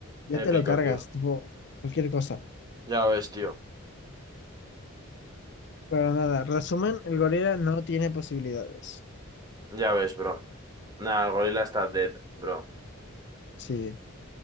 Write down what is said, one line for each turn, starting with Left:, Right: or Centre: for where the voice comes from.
Left: Ya te
Right: épico,
Left: lo cargas,
Right: tío.
Left: tipo, cualquier cosa.
Right: Ya ves, tío.
Left: Pero nada, resumen, el gorila no tiene posibilidades.
Right: Ya ves, bro. Nada, el gorila está dead, bro.
Left: Sí,